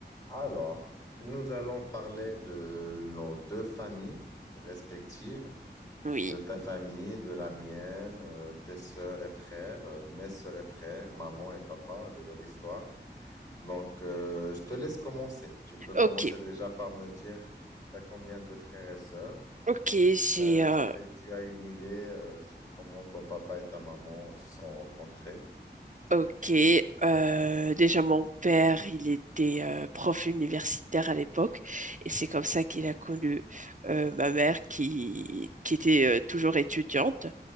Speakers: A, on the left; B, on the right.
A: Alors, nous allons parler de nos deux familles respectives,
B: Oui.
A: de ta famille, de la mienne, euh, tes sœurs et frères, euh, mes sœurs et frères, maman et papa, de leur histoire. Donc, euh, je te laisse commencer. Tu peux commencer
B: Ok.
A: déjà par me dire, tu as combien de frères et sœurs?
B: Ok, j'ai...
A: Euh, si
B: euh,
A: t'as- tu as une idée, euh, sur comment ton papa et ta maman se sont rencontrés.
B: ok. euh, déjà, mon père, il était euh, prof universitaire à l'époque. Et c'est comme ça qu'il a connu euh, ma mère qui, qui était euh, toujours étudiante.